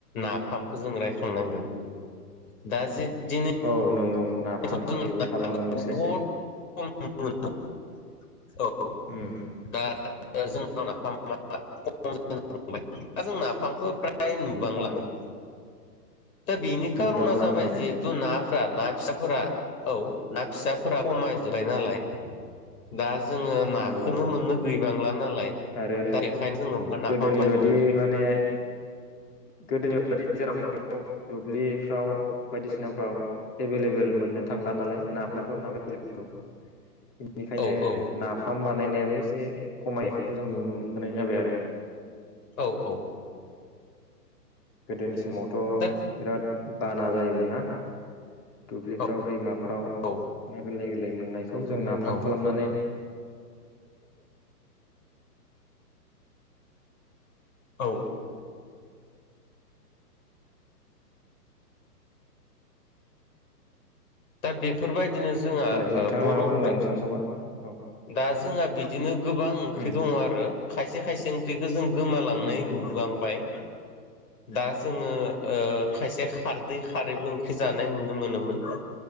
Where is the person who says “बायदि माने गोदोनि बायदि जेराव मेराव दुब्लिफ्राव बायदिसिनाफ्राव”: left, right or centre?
Left